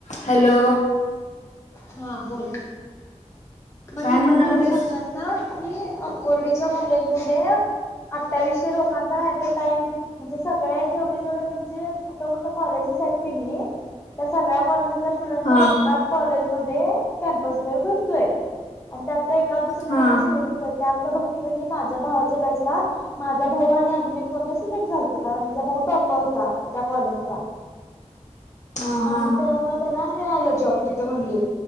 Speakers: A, on the left; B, on the left.
A: हॅलो
B: हा बोल मग
A: काय
B: तिचा
A: म्हणालतीस
B: भाऊ सांगाल तर की कोर्डीच्या कॉलेज मध्ये अठ्ठावीसशे लोकां ऍट अ टाइम म्हणजे सगळे जेवढे जेवढे त्यांचे कुठ कुठ कॉलेजेस आहेत की नाही त्या सगळ्या कॉलेज सगळ्यांचा
A: हा
B: एकाच कॉलेज मध्ये कॅम्पस डे भरतोय नाही का दुसरं
A: हा
B: कोणत सिलेक्ट त्यात भक्ती म्हणजे माझ्या भावाच्या बॅचला माझा भाऊ आणि अजून एक कोणता सिलेक्ट झातो कारण तुझ भाऊ टॉपर होता त्या कॉलेजचा
A: हा हा
B: आणि त्यामुळ त्याला मिळालं जॉब तिथं म्हणली